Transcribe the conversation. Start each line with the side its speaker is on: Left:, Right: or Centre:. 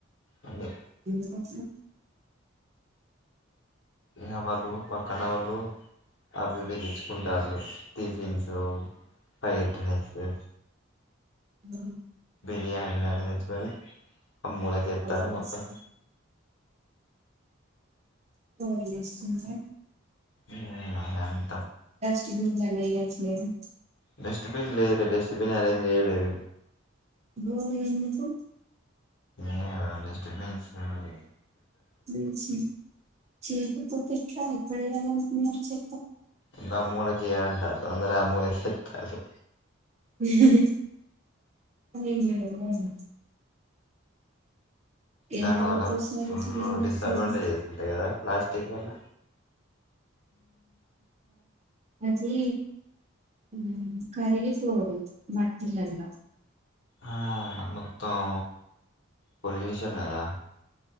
Left: అండి
Right: అందుకట్ల
Left: ఇగ వాళ్ళు పక్కనోళ్ళు అవి ఇవి తెచుకుంటాలు టిఫిన్సు ఫ్రైడ్ రైసు
Right: ఊ
Left: ఇగ అవి నాలుగు వెట్టుకొని అమూలకెత్తాలు
Right: కవర్ చేస్తు
Left: మొత్తం
Right: కవర్లేస్తుండ్రా
Left: ఊ అదండి
Right: డస్ట్బిన్
Left: డస్ట్బిన్ లేదు డస్ట్బిన్ అరేంజ్ చేయలేదు
Right: బోర్ ఎందుకు
Left: ఏ డిస్టర్బన్స్ ఫుల్లు
Right: మంచిది చేయకపోతే ఫ్రం ఇక్కడే గా మనకు నచ్చే
Left: ఇందాక మూలక్ ఏంటాలు అంద్ర ఆ మూల చెతలు
Right: <unintelligible> ఇంకేందో బావుంది ఎన్ని
Left: దాని వల్ల
Right: రోజులకోసారి
Left: ఫుల్
Right: క్లీన్
Left: ఫుల్లు డిస్
Right: చేస్తారు
Left: అడ్వాంటేజెస్ ఉంటాయి కదా ప్లాస్టిక్ వల్ల
Right: అది ఆ కరిగి పోదు మట్టిల్లల
Left: ఆ మొత్తం పొల్యూషన్ కదా